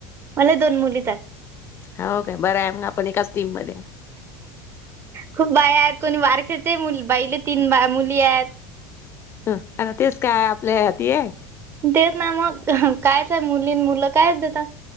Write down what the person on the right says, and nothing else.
मला दोन मुलीचात.
खूप बाय आहेत कोणी वारखेडचे मुल बाईले तीन बाळ मुली आहेत.
तेच ना मग <unintelligible> मुलीन मुली काय होते त्यात.